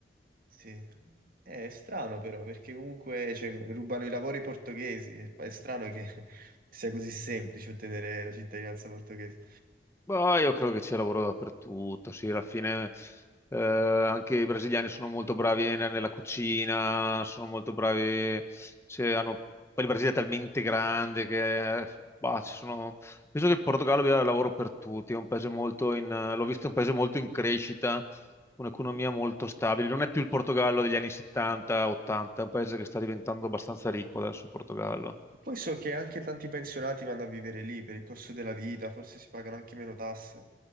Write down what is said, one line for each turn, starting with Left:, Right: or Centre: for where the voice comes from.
Right: Sì, Eh, è strano però perché comunque cioè, rubano i lavori ai portoghesi, è è strano che <laughs> sia così semplice ottenere la cittadinanza portoghese.
Left: Ma io credo che c'è lavoro dappertutto, sì, alla fine eh, anche i brasiliani sono molto bravi ne- nella cucina, sono molto bravi, cioè, hanno- poi il Brasile è talmente grande che eh, bah, ci sono- penso che il Portogallo abbia lavoro per tutti, è un paese molto in, l'ho visto, è un paese molto in crescita, un'economia molto stabile, non è più il Portogallo degli anni 70-80, è un paese che sta diventando abbastanza ricco adesso il Portogallo.
Right: Poi so che anche tanti pensionati vanno a vivere lì per il costo della vita, forse si pagano anche meno tasse.